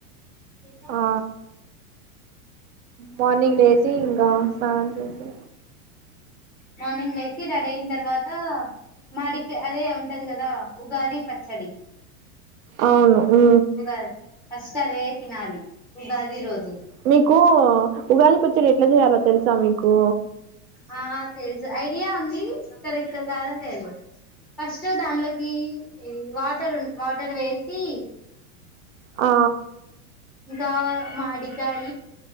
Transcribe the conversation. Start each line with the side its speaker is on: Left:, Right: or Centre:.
Centre: ఎంతా
Right: ఆ
Centre: వచ్చ
Right: మార్నింగ్ లేసి ఇంకా సంసారంం చేసి
Centre: మార్నింగ్ వేసి రెడ అయిన తర్వాత మాడికి అదే ఉంటది కదా ఉగాది పచ్చడి
Right: అవును ఉ
Centre: ఉగాది ఫస్ట్ అదే తినాలి ఉగాది ఇరోదు
Right: మీకు ఉగాది పచ్చ రేట్ ఎట్లా చేయలో తెలుసా మీకు
Centre: ఆ తెలుసు ఐడియా ఉంది కరెక్ట్ కాదా తెల్దు ఫస్ట్ దాంలోకి ఇవి వాటర్ వాటర్ వేసి
Right: ఆ
Centre: ఇంకా మాడికాయ